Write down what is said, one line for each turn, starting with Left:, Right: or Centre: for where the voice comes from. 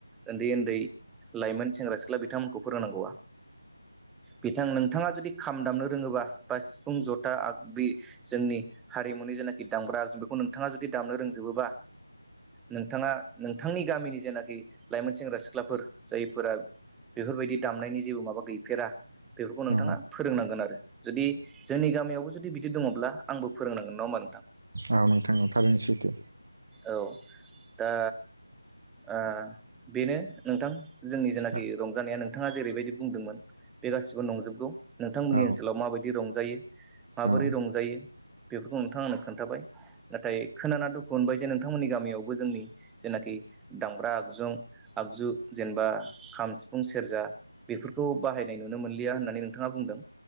Centre: ओन्दै ओन्दै लाइमोन सेंग्रा सिख्ला बिथांमोनखौ फोरोंनांगौआ बिथां नों थांङा जुदि खाम दामनो रोङोबा बा सिफुं जथा आगबि जोंनि हारिमुनि जेनाखि दामग्रा जों बेखौ नोंथाङा जुदि दामनो रोंजोबोबा नोंथाङा नोंथांनि गामिनि जेनाखि लाइमोन सेंग्रा सिख्लाफोर जायफोरा बेफोरबायदि दामनायनि जेबो माबा गैफेरा बेफोरखौ नोंथाङा
Right: औ
Centre: फोरोंनांगोन आरो। जुदि जोंनि गामियावबो जुदि बिदि दङब्ला आंबो फोरोंनांगोन नङा होनबा।
Right: औ नोंथां औ थारैनो सैथो।
Centre: औ दा ओ बेनो नोंथां। जोंनि जेनाखि
Right: औ
Centre: रंजानाया नोंथाङा जेरैबायदि बुंदोंमोन बे गासिबो नंजोबगौ नोंथांमोननि
Right: औ
Centre: ओनसोलाव माबायदि रंजायो माबोरै
Right: औ
Centre: रंजायो बेफोरखौ नोंथां आनो खोन्थाबाय। नाथाय खोनाना दुखु मोननबाय जे नोंथांमोननि गामियावबो जोंनि जेनाखि दामबग्रा आगजुं आगजु जेनबा खाम, सिफुं, सेरजा बेफोरखौ बाहायनाय नुनो मोनलिया होननानै नोंथाङा बुंदों।